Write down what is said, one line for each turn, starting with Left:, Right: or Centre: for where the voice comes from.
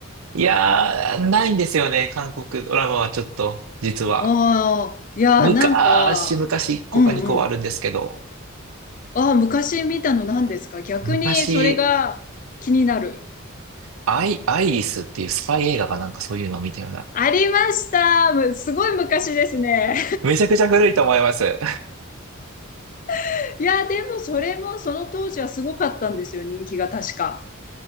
Right: いやー、ないんですよね、韓国ドラマはちょっと、実は。
Left: ああー、いやー、
Right: 昔、
Left: なんか、
Right: 昔1個か2個はあるんですけど、
Left: うんうん。ああ、昔見たの何ですか逆にそれが気になる。
Right: 昔、アイ、アイリスっていうスパイ映画かなんかそういうのを見たような。
Left: ありましたむすごい昔ですね。
Right: めちゃくちゃ古いと思います。
Left: <laughs> いやでもそれもその当時はすごかったんですよ、人気が確か。